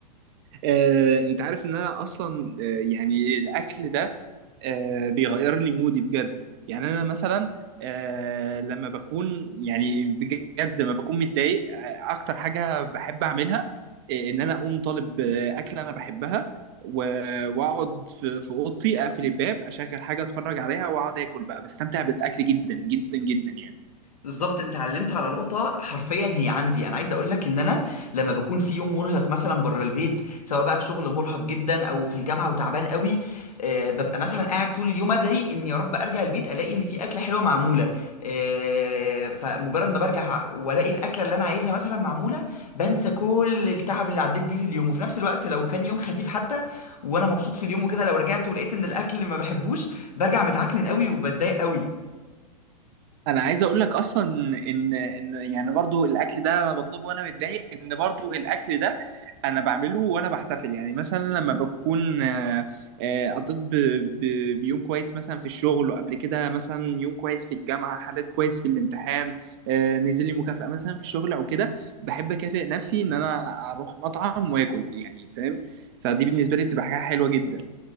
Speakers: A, on the right (about 40°); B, on the left (about 70°).
A: آه، انت عارف ان انا اصلا آه، يعني الاكل ده آه، بيغير لي مودي بجد يعني انا مثلا آه، لما بكون يعني بجد لما بكون متضايق آه، اكتر حاجة بحب اعملها آه، ان انا اقوم طالب آه، اكلة انا بحبها و- واقعد في في اوضتي اقفل الباب اشغل حاجة اتفرج عليها واقعد اكل بقى بستمتع بالاكل جدا جدا جدا يعني
B: بالظبط انت علمت على نقطة حرفيا هي عندي انا عايز اقول لك ان انا لما بكون في يوم مرهق مثلا بره البيت سواء بقى في شغل مرهق جدا او في الجامعة وتعبان قوي آه ببقى مثلا قاعد طول اليوم ادعي ان يا رب ارجع البيت الاقي ان في اكلة حلوة معمولة آه فمجرد ما برجع والاقي الاكلة اللي انا عايزها مثلا معمولة بنسى كل التعب اللي عديت بيه في اليوم وفي نفس الوقت لو كان يوم خفيف حتى وانا مبسوط في اليوم وكده لو رجعت ولقيت ان الاكل ما بحبوش برجع متعكنن قوي وبتضايق قوي
A: انا عايز اقول لك اصلا ان ان يعني برضو الاكل ده انا بطلبه وانا متضايق ان برضو الاكل ده انا بعمله وانا بحتفل يعني مثلا لما بكون آه، آه، قضيت ب- ب- بيوم كويس مثلا في الشغل وقبل كده مثلا يوم كويس في الجامعه حليت كويس في الامتحان آه، نزل لي مكافاه مثلا في الشغل او كده بحب اكافئ نفسي ان انا اروح مطعم واكل يعني فاهم فدي بالنسبه لي بتبقى حاجه حلوه جدا